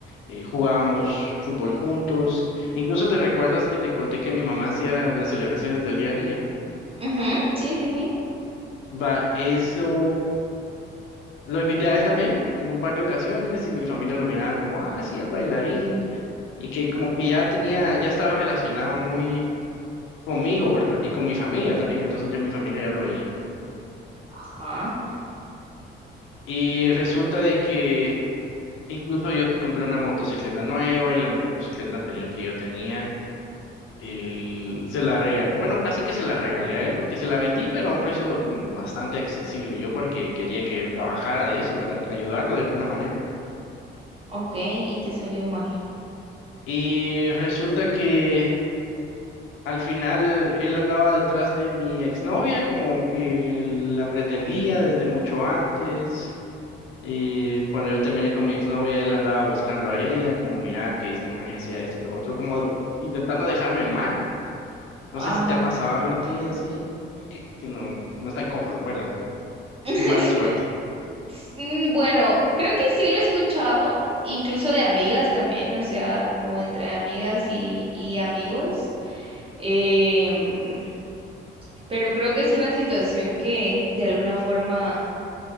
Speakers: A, on the left (about 80°); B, on the right (about 30°).
A: eh, jugábamos fútbol juntos. Incluso te recuerdas que te conté que mi mamá hacía las celebraciones del Día del Niño.
B: ujú, sí, sí, sí.
A: Va, eso Lo invité a él también en un par de ocasiones y mi familia lo miraba como, ah, sí, el bailarín, y que como que ya tenía, ya estaba relacionado muy conmigo, ¿verdad? Y con mi familia también, entonces ya mi familia ya lo veía.
B: Ajá,
A: Y resulta de que incluso yo compré una motocicleta nueva y la motocicleta anterior que yo tenía, él se la regalé, bueno, casi que se la regalé a él porque se la vendí, pero a un precio como bastante accesible, yo porque quería que él trabajara de eso, ¿verdad? Ayudarlo de alguna manera.
B: ok, y te salió mal.
A: Y resulta que Al final él andaba detrás de mi exnovia, como que la pretendía desde mucho antes. Y cuando yo terminé con mi exnovia, él andaba buscando a ella, como mira que este magia hacía esto y lo otro, como de- intentando dejarme mal.
B: Ah,
A: No sé si te ha pasado
B: ma-
A: algo a ti así. Creo que, que no, no es tan común, ¿verdad?
B: <laughs>
A: Mi mala suerte.
B: Mm, Bueno, creo que sí lo he escuchado, incluso de amigas también, o sea, como entre amigas y, y amigos. Em, pero creo que es una situación que de alguna forma